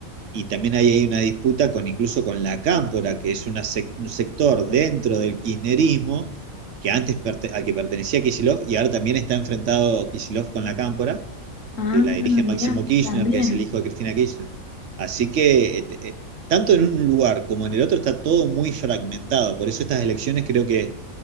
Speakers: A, on the right; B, on the left.
A: y también ahí hay una disputa con incluso con la Cámpora, que es una sec- un sector dentro del kirchnerismo que antes perte- al que pertenecía Kicillof y ahora también está enfrentado Kicillof con la Cámpora,
B: Ah,
A: que la dirige Máximo
B: mirá,
A: Kirchner,
B: también.
A: que es el hijo de Cristina Kirchner. Así que eh, eh, tanto en un lugar como en el otro está todo muy fragmentado. Por eso estas elecciones creo que